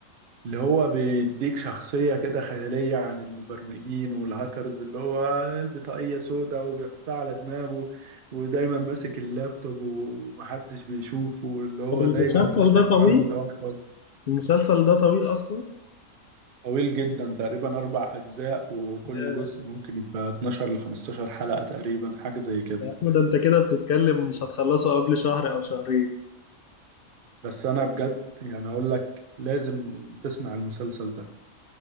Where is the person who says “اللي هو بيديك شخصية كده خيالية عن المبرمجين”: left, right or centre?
Right